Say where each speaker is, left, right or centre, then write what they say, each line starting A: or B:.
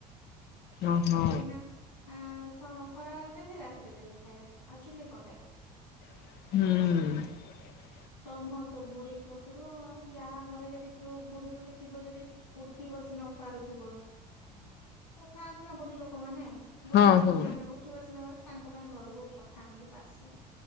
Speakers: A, on the left (about 50°); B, on the left (about 85°).
A: ଓହୋ।
B: କାହିଁକି ନା ଆ ଙ୍କ ଖରା ବେଳେ ଦେନେ ରାତିରେ ଦେଲେ ଖାଇବା। ଅକ୍ଚୋଲି କଣ ଲାଗି?
A: ହୁଁ।
B: ସମସ୍ତେ ବୁଢୀ କତରୁ ଯାହା ଘରେ ଯଦି କଉ ବୁଢୀ ଗୋଟେ ଥିବ ଯଦି ଉଠିବ ବସି ନ ପାରୁଥିବ ତ ଥାଆନ୍ତି ନା ବୁଢୀ ଲୋକମାନେ ବୁଢା
A: ହଁ
B: ବୁଢୀ
A: ହଁ
B: ମାନେ ଉଠି ବସିନପାରିବ ତାଙ୍କ ପାଇଁ ଘରକୁ ପଠାନ୍ତି ପାର୍ଶଲ।